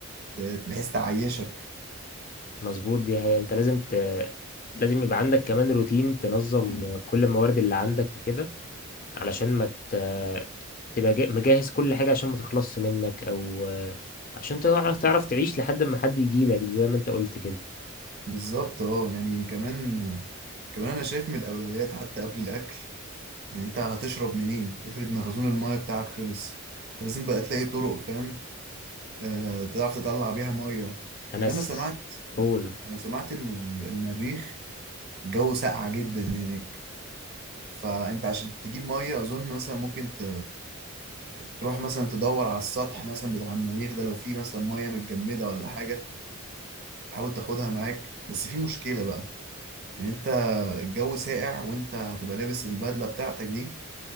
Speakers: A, on the right; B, on the left.
A: ت- بحيث تعيشك
B: مظبوط دي حقيقة انت لازم ت... لازم يبقى عندك كمان روتين تنظم كل الموارد اللي عندك وكده علشان ما ت- تبقى جا- مجهز كل حاجة عشان ما تخلصش منك أو آه، عشان تعرف تعرف تعيش لحد ما حد يجيلك زي ما أنت قلت كده
A: بالظبط اه يعني كمان كمان انا شايف من الاولويات حتى قبل الاكل يعني انت هتشرب منين افرض مخزون المايه بتاعك خلص انت لازم بقى تلاقي طرق فاهم آه تعرف تطلع بيها ميه
B: أنا
A: يعني
B: س...
A: انا سمعت
B: أقول
A: انا سمعت ان ال- المريخ الجو ساقع جدا هناك فانت عشان تجيب ميه اظن مثلا ممكن ت- ت- تروح مثلا تدور على السطح مثلا بتاع المريخ ده لو في مثلا ميه متجمده ولا حاجه تحاول تاخدها معاك بس في مشكله بقى ان انت الجو ساقع وانت هتبقى لابس البدله بتاعتك دي